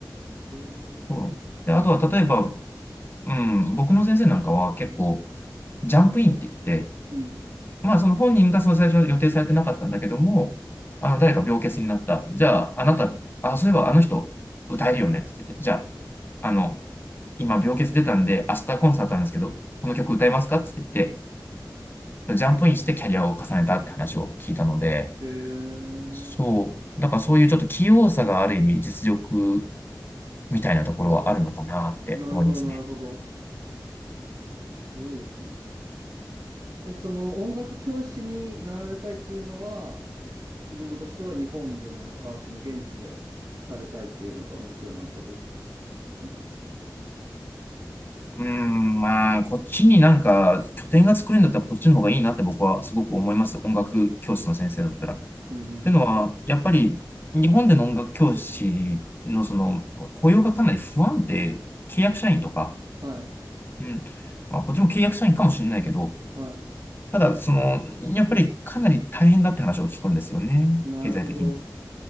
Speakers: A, on the right; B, on the left.
A: へえ。
B: そう。で、あとは例えば、うん、僕の先生なんかは結構、ジャンプインって言って、
A: うん。
B: まあその本人がその最初予定されてなかったんだけども、あの、誰か病欠になった。じゃあ、あなた、あ、そういえばあの人歌えるよねって言って、じゃあ、あの、今病欠出たんで、明日コンサートあるんですけど、この曲歌えますかって言って、ジャンプインしてキャリアを重ねたって話を聞いたので、
A: へえ。
B: そう、だからそういうちょっと器用さがある意味実力みたいなところはあるのかなって思いますね。
A: なるほど、なるほど。すごいですね。え、その音楽教師になられたいっていうのは、フィールドとしては日本でなのか、その現地でされたいっていうのが目標なのか、どっちなんですか
B: うーん、まあ、こっちになんか拠点が作れるんだったらこっちの方がいいなって僕はすごく思います。音楽教室の先生だったら。っ
A: うん、うん、うん、
B: てのは、
A: うん。
B: やっぱり日本での音楽教師のその雇用がかなり不安定、
A: うん
B: 契約社員とか、
A: はい、
B: うん。まあ、こっちも契約社員かもしれないけど、
A: は
B: ただ、その、やっぱりかなり大変だって話を聞くんですよね。
A: い。なるほど。
B: 経済的に。